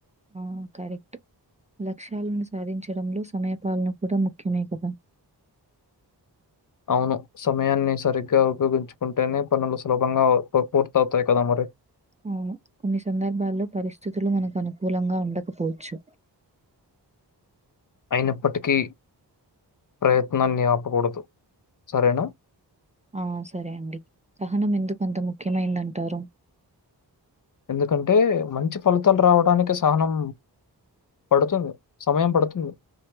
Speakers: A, on the right (about 20°); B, on the left (about 50°).
A: ఆ కరెక్ట్ లక్ష్యాలను సాధించడంలో సమయ పాలన కూడా ముఖ్యమే కదా
B: అవును సమయాన్ని సరిగ్గా ఉపయోగించుకుంటేనే పనులు సులభంగా అ పు పూర్తి అవుతాయి కదా మరి
A: అవును కొన్ని సందర్భాల్లో పరిస్థితులు మనకు అనుకూలంగా ఉండకపోవచ్చు
B: అయినప్పటికీ ప్రయత్నాన్ని ఆపకూడదు సరేనా
A: ఆ సరే అండి సహనం ఎందుకు అంత ముఖ్యమైంది అంటారు
B: ఎందుకంటే మంచి ఫలితాలు రావడానికి సహనం పడుతుంది సమయం పడుతుంది